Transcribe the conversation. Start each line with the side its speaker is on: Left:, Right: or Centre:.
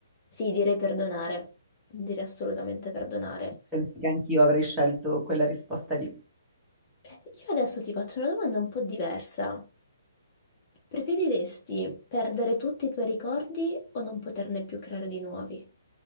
Left: sì, direi perdonare, direi assolutamente perdonare.
Centre: Penso che anch'io avrei scelto quella risposta lì.
Left: Eh, Io adesso ti faccio una domanda un po' diversa. Preferiresti perdere tutti i tuoi ricordi o non poterne più creare di nuovi?